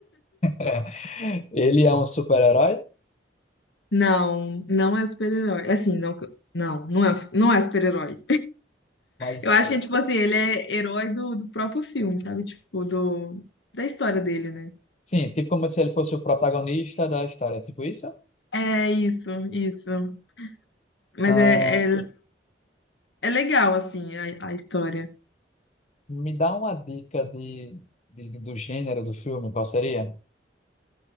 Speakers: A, on the left (about 40°); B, on the left (about 75°).
A: <laughs> Ele é um super-herói,
B: <laughs> Não, não é super-herói. Assim, não, não, não é, não é super-herói.
A: mas
B: Eu acho
A: eh,
B: que é tipo assim, ele é herói do, do próprio filme, sabe? Tipo, do, da história dele, né?
A: sim, tipo como se ele fosse o protagonista da história, é tipo isso?
B: É isso, isso. Mas
A: Ah,
B: é, é, é legal, assim, a, a história.
A: me dá uma dica de, de- do gênero do filme, qual seria?